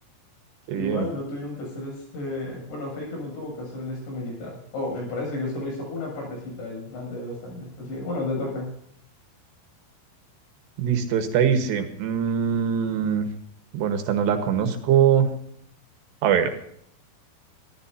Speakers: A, on the right; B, on the left.
A: qué
B: Igual
A: bien.
B: no tuvieron que hacer este. Bueno, Faker no tuvo que hacer el esto militar. Oh, me parece que solo hizo una partecita el... antes de los años. Así que, bueno, te toca.
A: Listo, esta dice, mm, bueno, esta no la conozco. A ver.